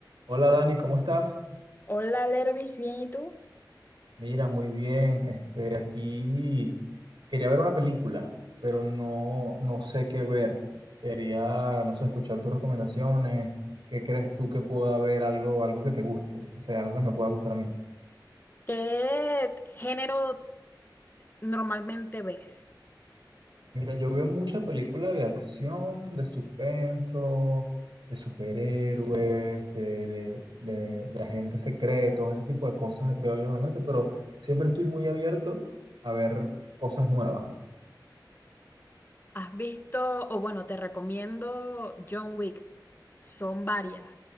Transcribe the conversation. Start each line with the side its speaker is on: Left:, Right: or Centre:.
Right: Hola Dani, ¿cómo estás?
Left: Hola, Lervis, bien, ¿y tú?
Right: Mira, muy bien. Este, aquí quería ver una película, pero no, no sé qué ver. Quería, no sé, escuchar tus recomendaciones. ¿Qué crees tú que pueda haber algo, algo que te guste? O sea, algo que me pueda gustar a mí.
Left: ¿Qué género normalmente ves?
Right: Mira, yo veo mucha película de acción, de suspenso, de superhéroes, de, de, de, de agentes secretos, ese tipo de cosas veo yo normalmente, pero siempre estoy muy abierto a ver cosas nuevas.
Left: ¿Has visto, o bueno, te recomiendo John Wick? Son varias